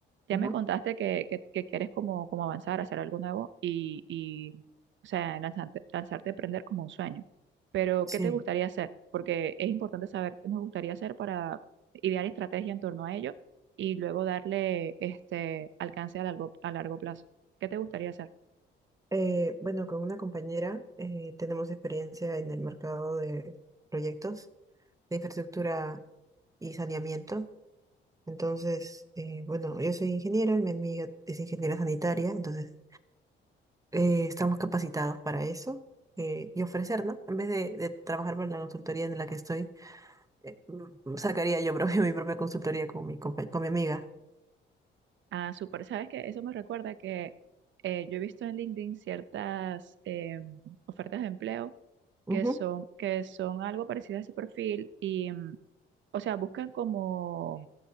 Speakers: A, on the right; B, on the right.
A: ya
B: Ujú,
A: me contaste que, que- que quieres como, como avanzar, hacer algo nuevo y, y, o sea, lanzarte, lanzarte a aprender como un sueño, pero
B: Sí.
A: ¿qué te gustaría hacer? Porque es importante saber qué nos gustaría hacer para idear estrategia en torno a ello y luego darle este alcance a largo, a largo plazo. ¿Qué te gustaría hacer?
B: Eh, bueno, con una compañera eh, tenemos experiencia en el mercado de proyectos de infraestructura y saneamiento. Entonces, eh, bueno, yo soy ingeniera, mi amiga es ingeniera sanitaria, entonces eh, estamos capacitados para eso eh, y ofrecer, ¿no? En vez de, de trabajar para la consultoría en la que estoy, eh, mm, sacaría yo propio <laughs> mi propia consultoría con mi, compa- con mi amiga.
A: Ah, súper. ¿Sabes qué? Eso me recuerda que eh, yo he visto en LinkedIn ciertas eh, ofertas de empleo
B: Ujú,
A: que son, que son algo parecidas a ese perfil y, mm, o sea, buscan como,